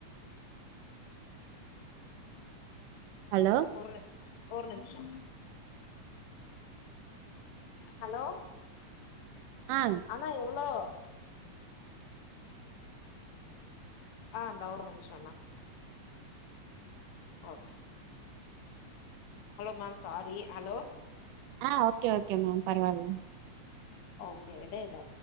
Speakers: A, on the left; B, on the right.
A: <unintelligible>
B: ஹலோ
A: ஒரு நிம்ஷோ ஒரு நிம்ஷோ ஹலோ
B: ஆ
A: அண்ணா எவ்ளோ ஆ அந்தா ஒரு நிமிஷொனா okay hello ma'am sorry hello
B: ஆ ஓகே ஓகே மேம் பரவாயில்ல
A: ஓகே எடைல